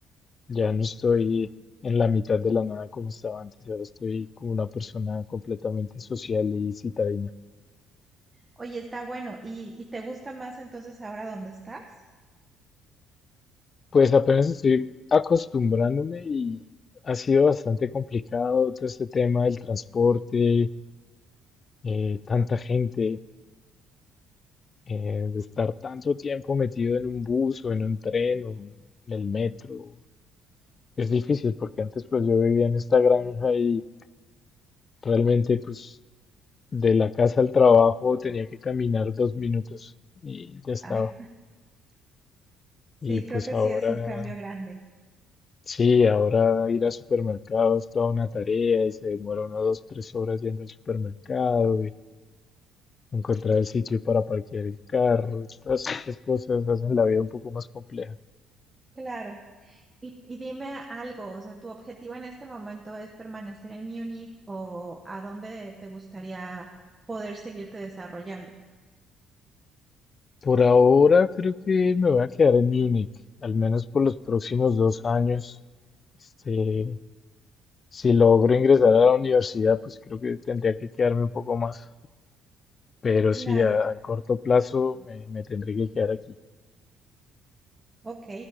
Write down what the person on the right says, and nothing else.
Oye, está bueno. ¿Y, y te gusta más entonces ahora dónde estás?
Ay, sí,
creo que
sí es un cambio grande.
Claro. Y, y dime algo, o sea, ¿tu objetivo en este momento es permanecer en Múnich o a dónde te gustaría poder seguirte desarrollando?
Claro.
Ok,